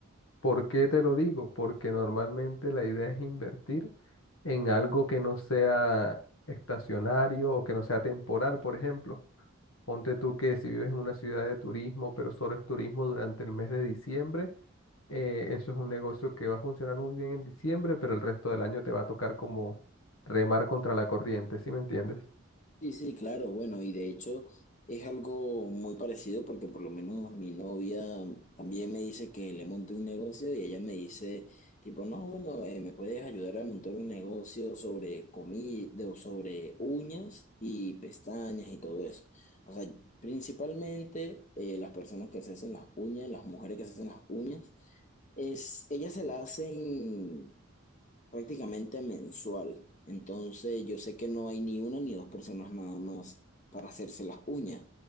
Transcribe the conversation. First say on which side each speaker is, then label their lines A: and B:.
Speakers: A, on the left (about 85°); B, on the left (about 35°).
A: ¿Por qué te lo digo? Porque normalmente la idea es invertir en algo que no sea estacionario o que no sea temporal, por ejemplo. Ponte tú que si vives en una ciudad de turismo, pero solo es turismo durante el mes de diciembre, eh, eso es un negocio que va a funcionar muy bien en diciembre, pero el resto del año te va a tocar como remar contra la corriente, ¿sí me entiendes?
B: Sí, sí, claro, bueno, y de hecho es algo muy parecido porque por lo menos mi novia también me dice que le monte un negocio y ella me dice tipo, no, bueno, eh, me puedes ayudar a montar un negocio sobre comida o sobre uñas y pestañas y todo eso. O sea, principalmente eh, las personas que se hacen las uñas, las mujeres que se hacen las uñas, es, ellas se las hacen prácticamente mensual. Entonces yo sé que no hay ni una ni dos personas nada más para hacerse las uñas.